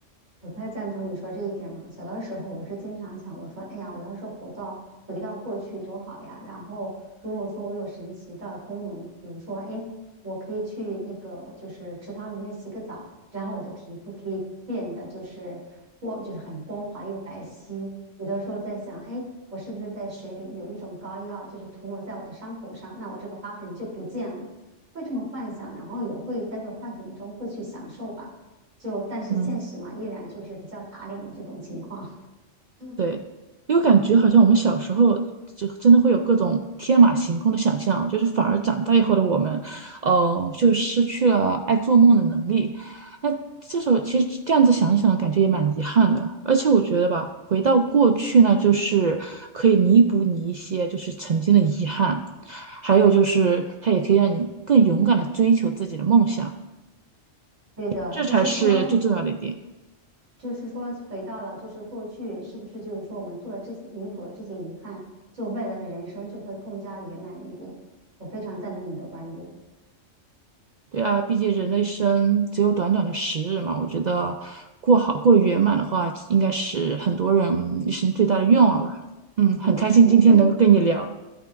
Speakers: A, on the right (about 90°); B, on the right (about 70°).
A: 我太赞同你说这一点了。小的时候，我是经常想，我说，哎呀，我要是活到回到过去多好呀！然后，如果说我有神奇的功能，比如说，哎，我可以去那个就是池塘里面洗个澡，然后我的皮肤可以变得就是光，就是很光滑又白皙。有的时候在想，哎，我是不是在水里有一种膏药，就是涂抹在我的伤口上，那我这个疤痕就不见了。会这么幻想，然后也会在这种幻想中会去享受吧。就但是现实嘛，
B: 嗯，
A: 依然就是比较打脸的这种情况。嗯
B: 对，因为感觉好像我们小时候就真的会有各种天马行空的想象，就是反而长大以后的我们，呃，就失去了爱做梦的能力。那这时候其实这样子想一想，感觉也蛮遗憾的。而且我觉得吧，回到过去呢，就是可以弥补你一些就是曾经的遗憾，还有就是它也可以让你更勇敢的追求自己的梦想，
A: 对的，
B: 这才是最重要的一点。
A: 就是说，就是说，回到了就是过去，是不是就是说我们做了这些，弥补了这些遗憾，就未来的人生就会更加圆满一点。我非常赞同你的观点。
B: 对啊，毕竟人的一生只有短短的十日嘛，我觉得过好过得圆满的话，应该是很多人一生最大的愿望吧。嗯，很开心今天能够跟你聊
A: 嗯，我们今